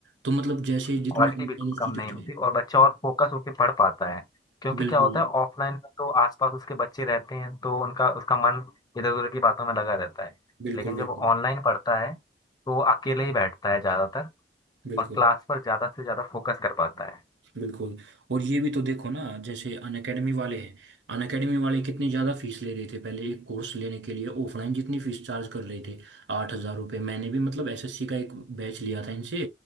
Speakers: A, on the right; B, on the left.
A: तो मतलब जैसे
B: क्वालिटी
A: जितने ऑनलाइन
B: बिल्कुल
A: इंस्टीट्यूट
B: कम नहीं
A: है
B: होती और बच्चा और फोकस होकर पढ़ पाता है क्योंकि
A: बिल्कुल
B: क्या होता है ऑफलाइन में तो आसपास उसके बच्चे रहते हैं तो उनका उसका मन इधर उधर की बातों में लगा रहता है
A: बिल्कुल
B: लेकिन
A: बिल्कुल
B: जब वो
A: बिल्कुल
B: ऑनलाइन पढ़ता है तो वो अकेले ही बैठता है ज्यादातर
A: बिल्कुल
B: और क्लास पर ज्यादा से ज्यादा फोकस कर पाता है
A: बिल्कुल और ये भी तो देखो ना जैसे अनअकैडमी वाले हैं अनअकैडमी वाले कितनी ज़्यादा फीस ले रहे थे पहले एक कोर्स लेने के लिए ऑफलाइन जितनी फीस चार्ज कर रहे थे आठ हज़ार रुपये मैंने भी मतलब एसएससी का एक बैच लिया था इनसे